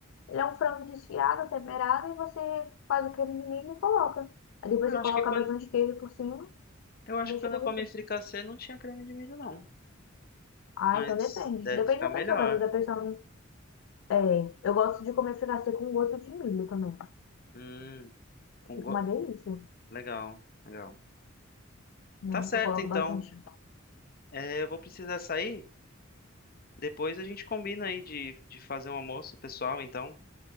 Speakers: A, on the left (about 75°); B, on the left (about 50°).
A: ele é um frango desfiado, temperado, e você faz o creme de milho e coloca. Aí depois
B: Eu
A: você
B: acho
A: coloca
B: que quando
A: bastante queijo por cima
B: Eu acho
A: e deixa
B: que quando
A: derreter.
B: eu comi fricassê não tinha creme de milho, não.
A: Ah,
B: Mas
A: então depende.
B: deve
A: Depende
B: ficar
A: da
B: melhor.
A: pessoa, que às vezes a pessoa não- é, eu gosto de comer fricassê com gosto de milho também.
B: Hum, com
A: Fica
B: go...
A: uma delícia,
B: Legal, legal.
A: né?
B: Tá certo,
A: Eu coloco
B: então.
A: bastante.
B: É, eu vou precisar sair. Depois a gente combina aí de, de fazer um almoço pessoal, então.